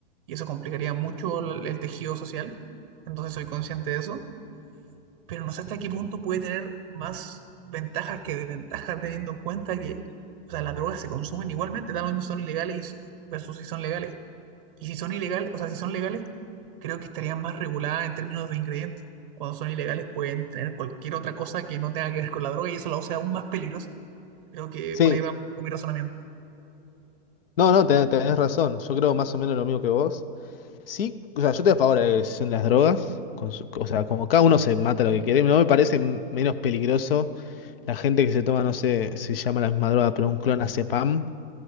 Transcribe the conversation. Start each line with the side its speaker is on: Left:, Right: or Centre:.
Right: y eso complicaría mucho el, el tejido social. Entonces soy consciente de eso, pero no sé hasta qué punto puede tener más ventajas que desventajas teniendo en cuenta que, o sea, las drogas se consumen igualmente, tal lo mismo si son ilegales y si, versus si son legales. Y si son ilegales, o sea, si son legales, creo que estarían más reguladas en términos de ingredientes. Cuando son ilegales pueden tener cualquier otra cosa que no tenga que ver con la droga y eso la hace aún más peligrosa. Creo que
Left: sí,
Right: por ahí va un poco mi razonamiento.
Left: no, no, te- tenés razón, yo creo más o menos lo mismo que vos. Sí, o sea, yo estoy a favor de la legalización de las drogas, con su- o sea, como cada uno se mata lo que quiere, no me parece menos peligroso La gente que se toma, no sé si se llama la misma droga, pero un clonazepam